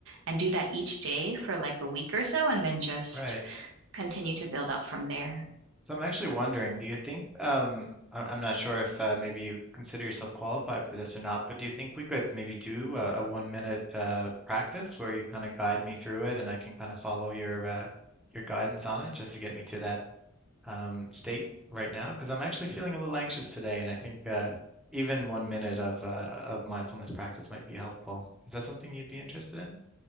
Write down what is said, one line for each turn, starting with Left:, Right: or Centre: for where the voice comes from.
Right: and do that each day for like a week or so and then just
Centre: right.
Right: continue to build up from there.
Centre: So I'm actually wondering, do you think, um, I- I'm not sure if uh, maybe you consider yourself qualified for this or not, but do you think we could maybe do a, a one minute uh, practice where you kind of guide me through it and I can kind of follow your uh, your guidance on it just to get me to that um, state right now because I'm actually feeling a little anxious today, and I think uh, even one minute of uh, of mindfulness practice might be helpful. Is that something you'd be interested in?